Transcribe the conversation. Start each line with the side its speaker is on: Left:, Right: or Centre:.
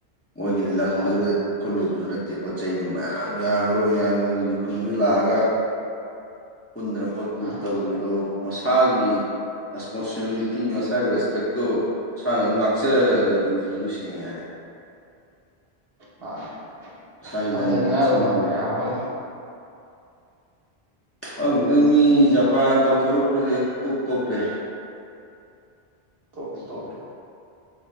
Left: ꯃꯣꯏꯒꯤ ꯂꯝꯗꯨꯗ
Right: ꯍꯣꯏ
Left: ꯈꯨꯜꯂꯨꯕꯁꯨ ꯅꯠꯇꯦ ꯄꯣꯠ ꯆꯩꯗꯣ ꯃꯌꯥꯝ ꯌꯥꯝꯒꯔꯥꯕ ꯃꯌꯥꯝꯗꯣ ꯃꯤꯈꯨꯟꯗꯨ ꯂꯥꯛꯑꯒꯥ ꯈꯨꯟꯗꯅ ꯈꯣꯠꯇꯅ
Right: ꯎꯝ
Left: ꯇꯧꯒꯔꯤꯗꯣ ꯃꯁꯥꯒꯤ ꯔꯦꯁꯄꯣꯟꯁꯤꯕꯤꯂꯤꯇꯤ ꯃꯁꯥꯒꯤ ꯔꯦꯁꯄꯦꯛꯇꯣ ꯃꯁꯥꯅ ꯑꯗꯨꯝ ꯉꯥꯛꯆꯔꯤꯅꯦꯕ ꯑꯗꯨ ꯁꯦꯡꯅ ꯍꯥꯏꯔꯗꯤ
Right: ꯍꯣꯏ
Left: ꯃꯁꯥꯒꯤ
Right: ꯇꯝꯖꯅꯤꯡꯉꯥꯏ
Left: ꯂꯟ ꯇꯥꯟꯁꯤꯟꯒꯨꯝꯕꯅꯤ
Right: ꯑꯣꯏꯕ ꯃꯌꯥꯝ ꯑꯃꯅꯤ
Left: ꯈꯪꯗꯦꯗ ꯃꯤ ꯖꯄꯥꯟꯅ ꯇꯧꯊꯣꯔꯛꯄꯁꯦ ꯇꯣꯞ ꯇꯣꯞꯄꯦ
Right: ꯇꯣꯞꯄꯦ ꯇꯣꯞꯄꯦ